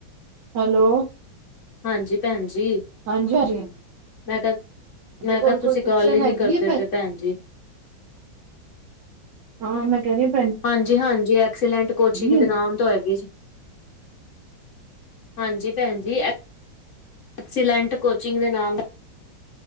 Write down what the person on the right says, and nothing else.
ਹੈਲੋ।
ਹਾਂਜੀ, ਹਾਂਜੀ
ਤੁਹਾਡੇ ਕੋਲ
ਕੋਈ ਟਿਊਸ਼ਨ
ਹੈਗੀ
ਹੈ
ਹਾਂ, ਮੈਂ ਕਹਿਦੀ
ਹੈ?